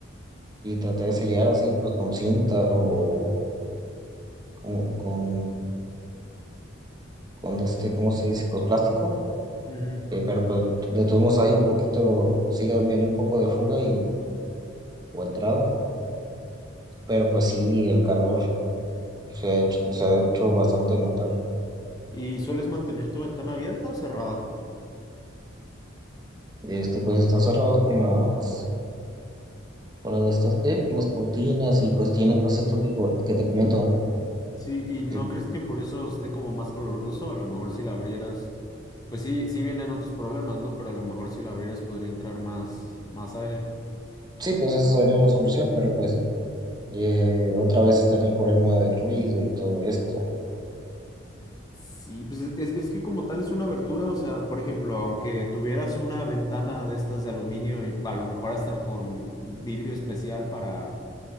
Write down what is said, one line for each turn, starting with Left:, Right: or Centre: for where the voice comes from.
Right: y traté de sellar así pues con cinta o con, con, con este, ¿cómo se dice? Pues plástico
Left: Ujú.
Right: Eh, pero pues, de todos modos hay un poquito, sigue habiendo un poco de fuga y, o entrada, pero pues sí, el calor se ha hecho, se ha hecho bastante notar.
Left: ¿Y sueles mantener tu ventana abierta o cerrada?
Right: Este, pues están cerrados con las, con las de estas, ¿qué? Con las cortinas y pues tiene pues esto que, co- que te comento.
Left: Sí, ¿y no
Right: Y
Left: crees que por eso esté como más coloroso? A lo mejor si la abrieras, pues sí, sí vienen otros problemas, ¿no? Pero a lo mejor si la abrieras podría entrar más, más aire.
Right: sí, pues esa sería la solución, pero pues eh, otra vez estaría el problema del ruido y todo esto.
Left: Sí, pues es, es- es que como tal es una abertura, o sea, por ejemplo, aunque tuvieras una ventana de estas de aluminio y a lo mejor hasta con vidrio especial para,